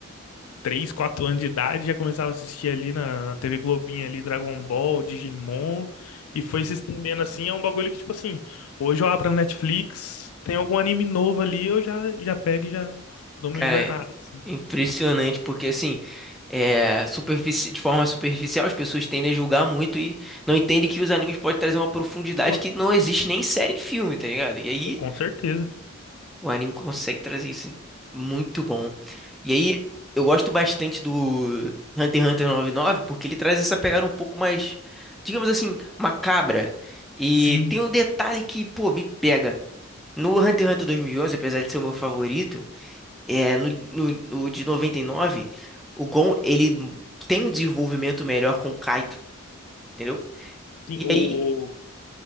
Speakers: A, on the left (about 85°); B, in the centre.
A: 3 4 anos de idade, já começava a assistir ali na, na TV Globinha ali, Dragon Ball, Digimon, e foi se estendendo assim, é um bagulho que, tipo assim, hoje eu abro a Netflix, tem algum anime novo ali, eu já, já pego e já dou uma
B: Cara,
A: invernada.
B: é
A: assim.
B: impressionante porque assim, é, superfici- de forma superficial as pessoas tendem a julgar muito e não entendem que os animes podem trazer uma profundidade
A: Pô,
B: que não existe nem em série em filme, tá ligado? E aí
A: com certeza.
B: o anime consegue trazer isso em- muito bom. E aí eu gosto bastante do Hunter x Hunter 99 porque ele traz essa pegada um pouco mais, digamos assim, macabra. E
A: Sim,
B: tem um detalhe que, pô, me pega. No Hunter x Hunter 2011, apesar de ser o meu favorito é, no, no, no de 99 o Gon, ele tem um desenvolvimento melhor com o Kaito, entendeu?
A: sim,
B: E
A: o
B: aí,